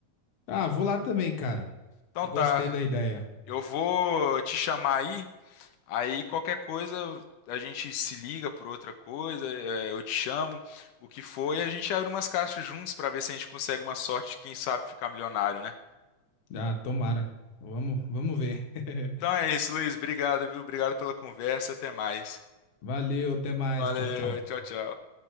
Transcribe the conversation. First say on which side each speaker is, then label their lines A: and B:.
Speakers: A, on the left; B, on the left.
A: Ah, vou lá também, cara.
B: Então
A: Eu
B: tá,
A: gostei da ideia.
B: eu vou te chamar aí, aí qualquer coisa a gente se liga por outra coisa, é, eu te chamo, o que for, e a gente abre umas caixas juntos pra ver se a gente consegue uma sorte, de, quem sabe ficar milionário, né?
A: Ah, tomara. Vamos, vamos ver. <laughs>
B: Então é isso, Luiz, obrigado, viu? Obrigado pela conversa, até mais.
A: Valeu, até mais.
B: Valeu,
A: Tchau, tchau.
B: tchau, tchau.